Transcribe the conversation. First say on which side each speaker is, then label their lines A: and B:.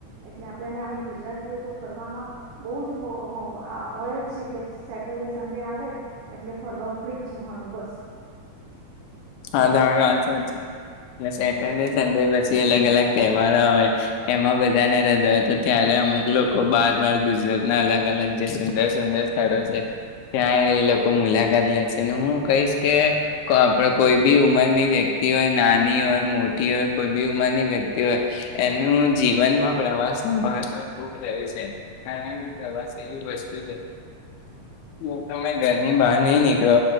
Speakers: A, on the right; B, on the left.
A: એટલે આપણે અમે ગુજરાતીઓ તો ફરમાં બો જ હ હોય જ છે કે સેટરડે સન્ડે આવે એટલે ફરવા ઉપડી જ જવાનું બસ.
B: <unintelligible> <unintelligible> સંડે પછી અલગ-અલગ તહેવારો આવે એમાં બધાને હૃદય હતો ત્યારે અમુક લોકો બાર બાર ગુજરાતના અલગ અલગ જે સુંદર સુંદર સ્થળો છે ત્યાં એ લોકો મુલાકાત લેશે અનેને હું કહીશ કે કો આપડ કોઈ બી ઉંમરની વ્યક્તિ હોય નાની હોય મોટી હોય કોઈ બી ઉંમરની વ્યક્તિ હોય એનું જીવનમાં પ્રવાસનું મહત્ત્વ ખુબ જરૂરી છે કારણ કે પ્રવાસ એવી વસ્તુ છે જો તમે ઘરની બહાર નહીં નીકળો